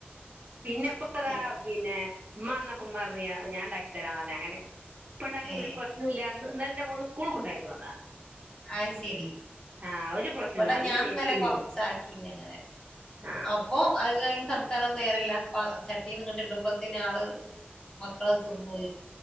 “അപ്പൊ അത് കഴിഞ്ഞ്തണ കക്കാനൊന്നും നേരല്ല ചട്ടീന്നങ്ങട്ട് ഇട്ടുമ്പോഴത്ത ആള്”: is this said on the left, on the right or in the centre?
Left